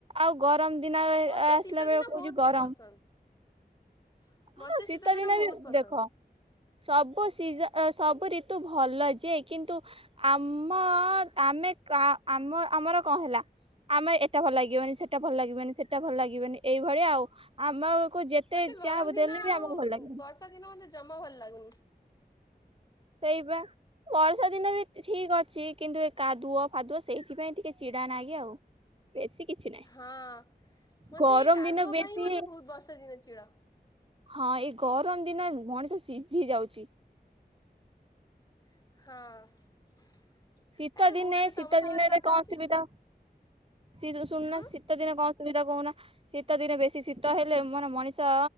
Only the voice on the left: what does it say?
ମତେ
ଶୀତଦିନ
ବହୁତ
ପସନ୍ଦ। ହ
ମତେ
ଶୀତଦିନ
ବହୁତ ପସନ୍ଦ।
ମତେ ଗରମ
ଦିନ ଆଉ
ବର୍ଷା ଦିନ ମତେ ଜମା ଭଲ ଲାଗୁନି।
ହଁ ମତେ
କାଦୁଅ
ପାଇଁ ମତେ ବହୁତ ବର୍ଷା ଦିନ ଚିଡ।
ହଁ।
ଏ
ମୁଁ ଏବେ
ତମ ସାଙ୍ଗରେ
କଥା
ହଉଛି
ହୁଁ